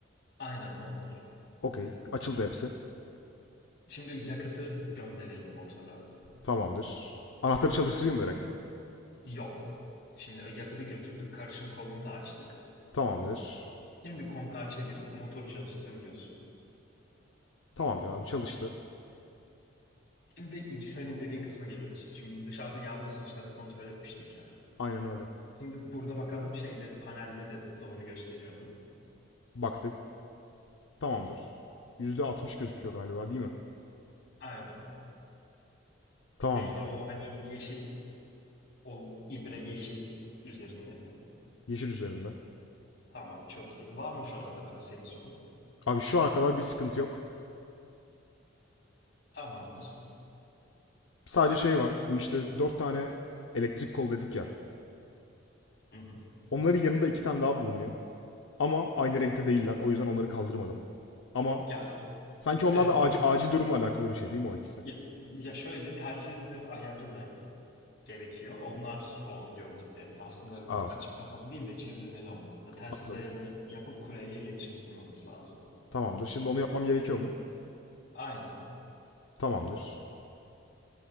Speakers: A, on the left; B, on the left.
A: Aynen onlar.
B: Okey. Açıldı hepsi.
A: Şimdi yakıtı gönderelim motora.
B: Tamamdır. Anahtarı çalıştırayım mı direkt?
A: Yok. Şimdi yakıtı götürdük. Karışım kolunu da açtık.
B: Tamamdır.
A: Şimdi kontağı çevirip motoru çalıştırabiliyorsun.
B: Tamamdır abi çalıştı.
A: Şimdi senin dediğin kısma geliyoruz işte. Şimdi dışarıda yağ basınçlarını kontrol etmiştik ya.
B: Aynen öyle.
A: Şimdi burada bakalım şeyde panelde de doğru gösteriyor mu?
B: Baktık. Tamamdır. %60 gözüküyor galiba değil mi?
A: Aynen.
B: Tamamdır
A: Belli
B: abi.
A: o hani yeşil o ibre yeşil üzerinde mi?
B: Yeşil üzerinde.
A: Tamam çok iyi. Var mı şu ana kadar bir senin sorun?
B: Abi şu ana kadar bir sıkıntı yok.
A: Tamamdır.
B: Sadece şey var. Bu işte dört tane elektrik kol dedik ya.
A: Hı hı.
B: Onların yanında 2 tane daha bulunuyor. Ama aynı renkte değiller. O yüzden onları kaldırmadım. Ama
A: Ya
B: sanki onlar
A: evet,
B: da acil,
A: o,
B: acil durumla alakalı bir şey değil mi o ikisi?
A: ya, ya şöyle telsiz ayarı da gerekiyor. Onlar o gördüklerin. Aslında
B: Aa,
A: açıp kapama değil de çevirmeli onlar da. Telsiz
B: anladım.
A: ayarını yapıp kuleyle iletişim kurmamız lazım.
B: Tamamdır. Şimdi onu yapmam gerekiyor mu?
A: Aynen.
B: Tamamdır.